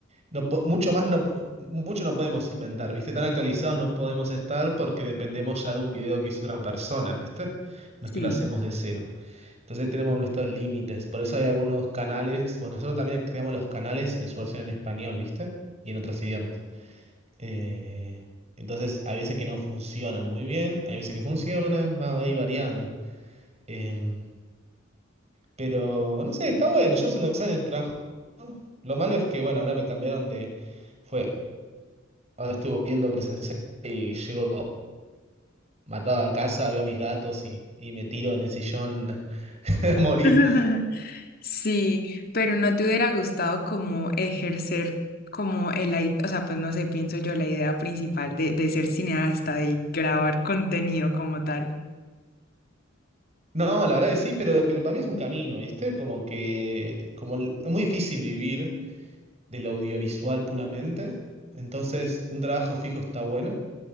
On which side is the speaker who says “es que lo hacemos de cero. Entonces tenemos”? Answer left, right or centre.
Right